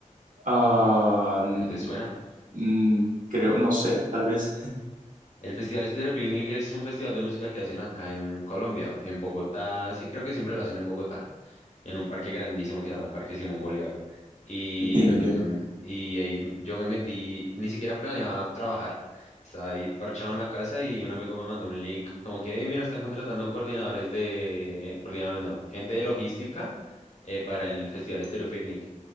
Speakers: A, on the right; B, on the left.
A: Ah, mm,
B: ¿no te suena?
A: mm, creo, no sé, tal vez.
B: El Festival Estéreo Picnic es un festival de música que hacen acá en Colombia, en Bogotá, sí, creo que siempre lo hacen en Bogotá. en un parque grandísimo que se llama el Parque Simón Bolívar. Y,
A: Entiendo,
B: mm,
A: entiendo.
B: y ahí yo me metí, ni siquiera planeaba trabajar. Estaba ahí parchado en la casa y un amigo me mandó un link como que, "Hey, mira, están contratando coordinadores de, coordinadores no, gente de logística eh, para el Festival Estéreo Picnic.